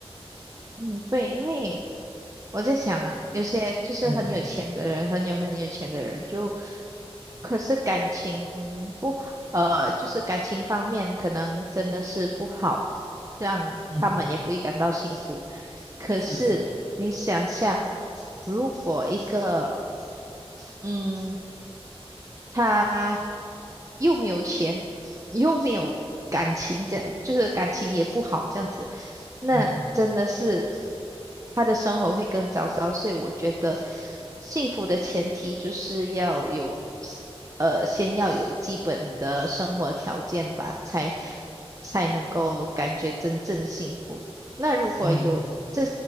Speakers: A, on the right (about 30°); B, on the left (about 75°).
A: 嗯，对，因为我在想啊，有些就是很有钱的人，
B: 嗯
A: 很有很有钱的人，就可是感情不好，呃，就是感情方面可能真的是不好，让他们也不会感到幸福。
B: 嗯，
A: 可是你想下，
B: 是是。
A: 如果一个，嗯，他又没有钱，又没有感情，这就是感情也不好，这样子，那真的是
B: 嗯
A: 他的生活会更糟糕。所以我觉得，幸福的前提就是要有，呃，先要有基本的生活条件吧，才才能够感觉真正幸福。那如果有这，
B: 嗯